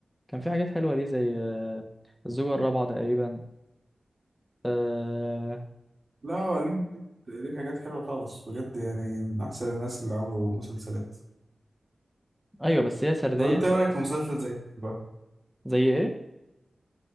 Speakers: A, in the centre; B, on the right.
A: كان في حاجات حلوة ليه زي آه، الزوجة الرابعة تقريبا أه...
B: لا هو ليه ليه حاجات حلوه خالص بجد يعني من احسن الناس اللي عملوا مسلسلات
A: أيوة بس هي سردية
B: طب انت
A: شوية
B: ايه رايك في مسلسل زي اللعبه
A: زي إيه؟